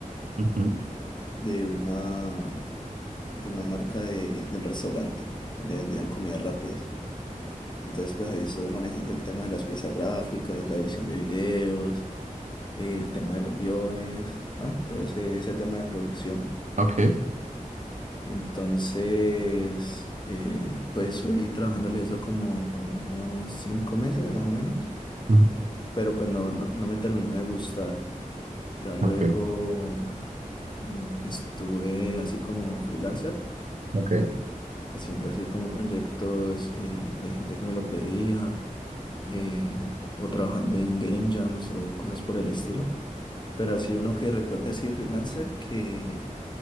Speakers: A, on the right (about 60°); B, on the left (about 35°).
A: Ujú,
B: de una, de una marca de, de un restaurante donde vendían comidas rápidas. Entonces, pues ahí estuve manejando el tema de las piezas gráficas, la edición de videos, eh, el tema de los guiones, ¿no? Todo ese, ese tema de producción.
A: Ok,
B: Entonces, eh, pues estoy trabajándole eso como, como unos cinco meses más o menos,
A: ujú.
B: pero pues no, no, no me terminó de gustar. Ya luego
A: ok,
B: mm, estuve así como freelancer,
A: ok,
B: haciendo así como proyectos eh, de gente que me lo pedía, eh, o trabajando en game jams o cosas por el estilo. Pero así uno que recuerda así de freelancer que